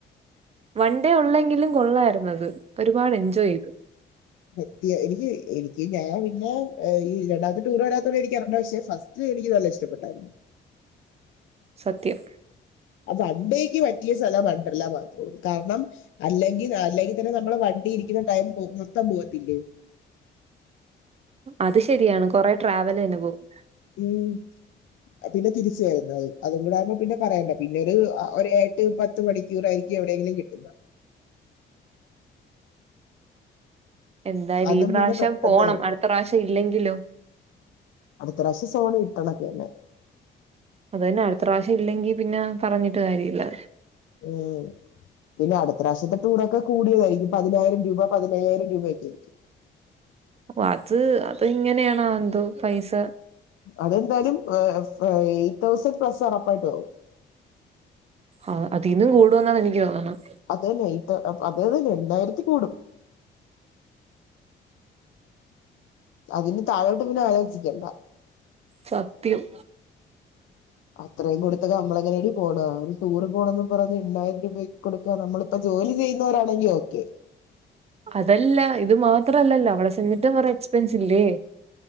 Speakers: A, on the right (about 30°); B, on the left (about 75°).
A: വൺ ഡേ ഉള്ളെങ്കിലും കൊള്ളായിരുനത് ഒരുപാട് എൻജോയ് ചെയ്ത്
B: <unintelligible> <unintelligible> ത്യ എനിക്ക് എനിക്ക് ഞാൻ പിന്നെ <unintelligible> ഈ രണ്ടാമത്തെ ടൂർ വരാത്തോടെ എനിക്ക് അറണ്ട പക്ഷെേ ഫസ്റ്റ് എനിക്ക് നല്ല ഇഷ്ടപ്പെട്ടായിരുന്നു
A: സത്യം
B: അ വണ്ടേക്ക്റ്റ <unintelligible> പി സ്ഥലം കൊയ്പല്ല പറഞ്ഞു കാരണം അല്ലെങ്കിൽ അല്ലെങ്കിൽ തന്നെ നമ്മൾ വ ക ഇരിക്കുന്ന ടൈം നൊത്തം <unintelligible> പോകത്തില്ലേ ഡീ
A: അത് ശരിയാണ് കൊറെ ട്രാവലന്നെ പോവും
B: ഉം അതിന്നെ തിരിച്ച് വരുന്നത് അത് അതും കൂട ആയോ പിന്നെ പറയണ്ട പിന്നീട് ഒരേ എട്ട് പത്ത് മണിക്കൂർ ആയിരിക്കും എവിടെയെങ്കിലും കിട്ടുന്നത്
A: എന്തായും
B: അതും
A: ഈ പ്രാവശ്യം
B: പിന്നെ പെട്ടെന്ന്
A: പോണം
B: അങ്ങ് പോകും
A: അടുത്ത പ്രാവശ്യം ഇല്ലെങ്കിലും
B: അടുത്ത പ്രാവശ്യ സോണി ഇട്ടണൊക്കെനെ
A: അതന്നെ അടുത്തറാവശ്യം ഇല്ലെങ്കി പിന്നെ പറഞ്ഞിട്ട് കാര്യമല്ല
B: ഉം പിന്നെ അടുത്ത പ്രാവശത്തെ <unintelligible> കൂടിയതായിരിക്കും പതിനായിരം രൂപ പതിനയ്യായിരം രൂപയൊക്കെ
A: ഓ അത് അത് ഇങ്ങനെയാണോ എന്തോ പൈസ
B: അതെന്തായാലും ഏ എയ്റ്റ് തൗസൻഡ് പ്ലസ് ഉറപ്പായിട്ട് ആകും
A: ആ അതീന്നും കൂടുന്നാണ് എനിക്ക് തോന്നുന്നത്
B: അതന്നെ ഇത് അതേ അത്തന്നെ രണ്ടായിരത്തി കൂടും അതിന് താഴോട്ട് പിന്നെ ആലോജിക്കേണ്ട
A: സത്യം
B: അത്രയും കൊടുത്തൊക്കെ നമ്മളങ്ങനേടി പോണ് ഒരു ടൂറ് പോണംന്ന് പറഞ്ഞു എണ്ണായിരം രൂപക്ക് കൊടുക്ക നമ്മളിപ്പോ ജോലി ചെയ്യുന്നവരാണെങ്കിൽ ഓക്കെ
A: അതല്ല ഇത് മാത്രല്ലല്ലോ അവളെ ചെന്നിട്ട് കുറ എക്സ്പെൻസ്ലില്ലേ